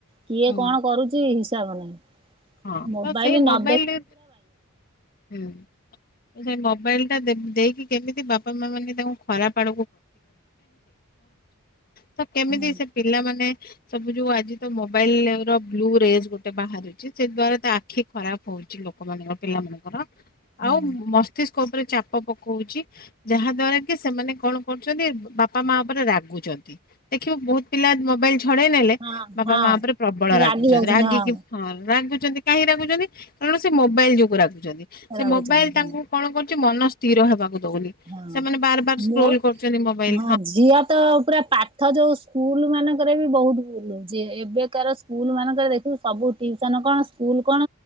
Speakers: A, on the right; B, on the left.
A: କିଏ
B: ହୁଁ
A: କଣ କରୁଛି ହିସାବ ନାହିଁ
B: ହଁ
A: ମୋବାଇଲ
B: ତ ସେଇ ମୋବାଇଲରେ
A: ନ
B: ହୁଁ, ସେ ମୋବାଇଲ ଟା ଦେଇକି କେମିତି ବାପା ମା ମାନେ ତାଙ୍କୁ ଖରାପ ତ କେମିତି
A: ହଁ
B: ସେ ସବୁ ଯୋଉ ଆଜି ତ ମୋବାଇଲ ର ବ୍ଲୁ ରେଜ ଗୋଟେ ବାହାରୁଛି। ସେ ଦ୍ୱାରା ତା ଆଖି ଖରାପ ହଉଛି ଲୋକମାନଙ୍କ ପିଲା ମଙ୍କର
A: ହଁ
B: ଆଉ ମସ୍ତିକ ଉପରେ ଚାପ ପକଉଛି, ଯାହା ଦ୍ଵାରା କି ସେମାନେ କଣ କରୁଛନ୍ତି, ବାପା ମା ଉପରେ ରାଗୁଛନ୍ତି। ଦେଖିବୁ ବହୁତ ପିଲା ମୋବାଇଲ ଛଡେଇ ନେଲେ
A: ହଁ
B: ବାପା
A: ହଁ
B: ମା ଉପରେ ପ୍ରବଳ
A: ରାଗି
B: ରାଗୁଛନ୍ତି,
A: ଯାଉଛନ୍ତି
B: ରାଗିକି
A: ହଁ
B: ହ ରାଗୁଛନ୍ତି, କାହିଁ ରାଗୁଛନ୍ତି, କାରଣ- ସେ ମୋବାଇଲ ଯୋଗୁ ରାଗୁଛନ୍ତି,
A: ରାଗୁଛନ୍ତି
B: ସେ ମୋବାଇଲ
A: ହଁ
B: ତାଙ୍କୁ କଣ କରୁଛି ମନ ସ୍ଥିର ହେବାକୁ ଦଉନି।
A: ହଁ
B: ସେମାନେ ବାର ବାର ସ୍କ୍ରୋଲ
A: ମୋ
B: କରୁଛନ୍ତି ମୋବାଇଲ
A: ହଁ ଝିଅ ତ, ପୁରା ପାଠ ଯୋଉ ସ୍କୁଲ ମାନଙ୍କ ଏଵେବି ବହୁତ ଭୁଲ ହଉଛି, ଏବେକାର ସ୍କୁଲ ମାନଙ୍କରେ ଦେଖିବୁ ସବୁ ଟିଉସନ କଣ, ସ୍କୁଲ କଣ